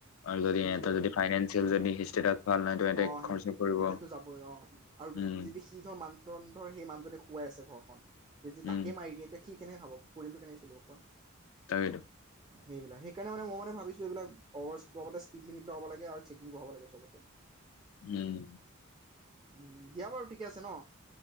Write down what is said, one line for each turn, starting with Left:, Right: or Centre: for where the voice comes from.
Left: আৰু যদি
Right: সেইটোৱে
Left: এটা
Right: আৰু
Left: যদি ফাইনেন্সিয়েল যদি ষ্টেটাচ ভাল নাই তেন্তে
Right: অ
Left: খৰচা
Right: সেই
Left: কৰিব
Right: তেতিয়াতো যাবই অ আৰু
Left: উম
Right: যদি সি ধৰ মান ধৰ সেই মানুহজনে খোৱাই আছে ঘৰখন। যদি
Left: উম
Right: তাকে মাৰি দিয়ে তে সি কেনেকে খাব পৰিয়ালটো কেনেকে চলিব কোৱা
Left: তাকেইতো
Right: সেইবিলাক সেইকাৰণোনে মই মান ভাবছোঁ এইবিলাক অভাৰ স্পীড লিমিট হব লাগে আৰু চেকিং বঢ়াব লাগে চবতে
Left: উম
Right: উম দিয়া বাৰু ঠিকে আছে ন